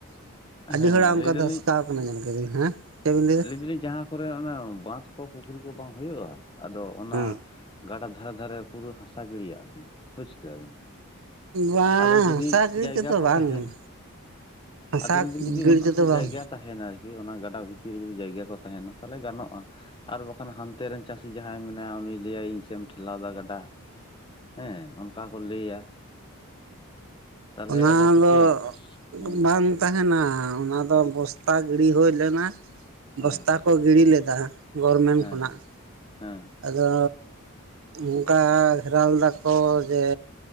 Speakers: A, on the right (about 65°); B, on the left (about 20°).
A: ᱾
B: ᱦᱮᱸ
A: ᱟᱹᱰᱤ ᱦᱚᱲᱟᱜ ᱚᱱᱠᱟ
B: ᱞᱟᱹᱭ ᱫᱟᱞᱤᱧ
A: ᱫᱷᱟᱥᱠᱟᱣ ᱟᱠᱟᱱᱟ ᱧᱮᱞ ᱠᱟᱹᱫᱟᱹᱧ ᱾ ᱦᱮᱸ? ᱪᱮᱫ ᱵᱤᱱ ᱞᱟᱹᱭᱫᱟ
B: ᱞᱟᱹᱭ ᱫᱟᱞᱤᱧ ᱡᱟᱦᱟᱸ ᱠᱚᱨᱮ ᱚᱱ ᱵᱟᱸᱫᱷ ᱠᱚ ᱯᱩᱠᱷᱨᱤ ᱠᱚ ᱵᱟᱝ ᱦᱩᱭᱩᱜᱼᱟ ᱟᱫᱚ ᱚᱱᱟ
A: ᱦᱮᱸ
B: ᱜᱟᱰᱟ ᱫᱷᱟᱨᱮ ᱫᱷᱟᱨᱮ ᱯᱩᱨᱟᱹ ᱦᱟᱥᱟ ᱜᱤᱲᱤᱭᱟᱜ ᱵᱤᱱ ᱵᱩᱡᱽ ᱠᱮᱫᱟ ᱵᱤᱱ
A: ᱵᱟᱝ
B: ᱟᱫᱚ ᱡᱩᱫᱤ
A: ᱦᱟᱥᱟ ᱜᱤᱲᱤ
B: ᱡᱟᱭᱜᱟ
A: ᱛᱮᱫᱚ
B: ᱠᱚ
A: ᱵᱟᱝ
B: ᱛᱟᱦᱮᱱᱟ
A: ᱦᱟᱥᱟ
B: ᱟᱫᱚ ᱞᱟᱹᱭᱫᱟᱧ ᱡᱩᱫᱤ
A: ᱜᱤᱲᱤ
B: ᱚᱱᱟ
A: ᱛᱮᱫᱚ ᱵᱟᱝ
B: ᱡᱟᱭᱜᱟ ᱛᱟᱦᱮᱱᱟ ᱟᱨᱠᱤ ᱚᱱᱟ ᱜᱟᱰᱟ ᱵᱷᱤᱛᱤᱨ ᱵᱷᱤᱛᱤᱨ ᱨᱮ ᱡᱩᱫᱤ ᱡᱟᱭᱜᱟ ᱠᱚ ᱛᱟᱦᱮᱱᱟ ᱛᱟᱦᱚᱞᱮ ᱜᱟᱱᱚᱜᱼᱟ ᱟᱨ ᱵᱟᱠᱷᱟᱱ ᱦᱟᱱᱛᱮ ᱨᱮᱱ ᱪᱟᱹᱥᱤ ᱡᱟᱦᱟᱸᱭ ᱢᱮᱱᱟᱭᱟ ᱩᱱᱤ ᱞᱟᱹᱭᱟᱭ ᱤᱧ ᱥᱮᱫ ᱮᱢ ᱴᱷᱮᱞᱟᱣ ᱫᱟ ᱜᱟᱰᱟ ᱦᱮᱸ ᱚᱱᱠᱟ ᱠᱚ ᱞᱟᱹᱭᱟ ᱛᱟᱦᱚᱞᱮ
A: ᱚᱱᱟ
B: ᱟᱫᱚ ᱪᱤᱠᱟᱹᱭᱟᱵᱤᱱ
A: ᱫᱚ
B: ᱦᱮᱸ
A: ᱵᱟᱝ ᱛᱟᱦᱮᱱᱟ, ᱚᱱᱟ ᱫᱚ ᱵᱚᱥᱛᱟ ᱜᱤᱲᱤ ᱦᱩᱭ ᱞᱮᱱᱟ,
B: ᱦᱮᱸ
A: ᱵᱚᱥᱛᱟ
B: ᱦᱮᱸ
A: ᱠᱚ ᱜᱤᱲᱤ ᱞᱮᱫᱟ ᱜᱚᱨᱢᱮᱱ
B: ᱦᱮᱸ
A: ᱠᱷᱚᱱᱟᱜ
B: ᱦᱮᱸ
A: ᱟᱫᱚ ᱚᱱᱠᱟ ᱜᱷᱮᱨᱟᱣ ᱞᱮᱫᱟᱠᱚ ᱡᱮ